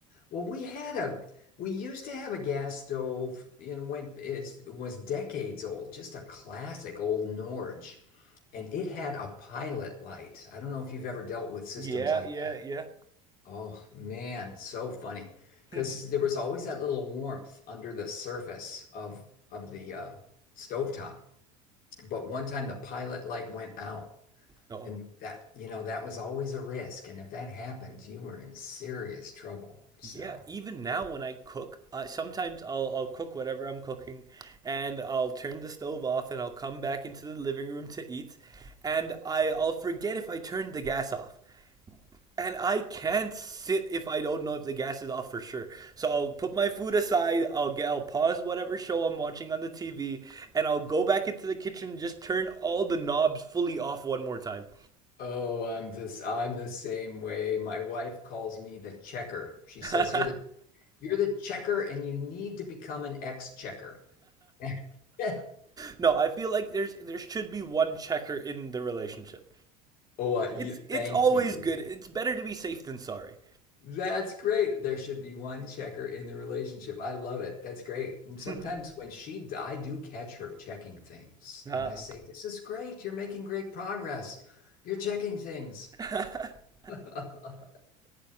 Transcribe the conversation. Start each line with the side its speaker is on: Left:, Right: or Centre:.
Left: Well, we had a we used to have a gas stove, you know, went it was decades old, just a classic old Norge, and it had a pilot light. I don't know if you've ever dealt with systems
Right: Yeah,
Left: like
Right: yeah,
Left: that. Oh man, so funny. Because
Right: yeah. <laughs>
Left: there was always that little warmth under the surface of of the uh, stovetop. But one time the pilot light went out,
Right: Oh,
Left: and that, you know, that was always a risk. And if that happened, you were in serious trouble. So.
Right: Yeah, even now when I cook, uh, sometimes I'll I'll cook whatever I'm cooking, and I'll turn the stove off, and I'll come back into the living room to eat, and I I'll forget if I turned the gas off, and I can't sit if I don't know if the gas is off for sure. So I'll put my food aside, I'll get I'll pause whatever show I'm watching on the TV, and I'll go back into the kitchen, and just turn all the knobs fully off one more time.
Left: Oh, I'm this, I'm the same way. My wife calls me the checker. She
Right: <laughs>
Left: says, You're the you're the checker and you need to become an ex-checker. <laughs>
Right: no, I feel like there's there should be one checker in the relationship.
Left: Oh, uh, you,
Right: It's it's
Left: thank
Right: always
Left: you.
Right: good. It's better to be safe than sorry.
Left: That's great. There should be one checker in the relationship. I love it. That's great. And sometimes
Right: <laughs>
Left: when she, d- I do catch her checking things,
Right: Ah.
Left: and I say, "This is great. You're making great progress. You're checking things."
Right: <laughs>
Left: <laughs>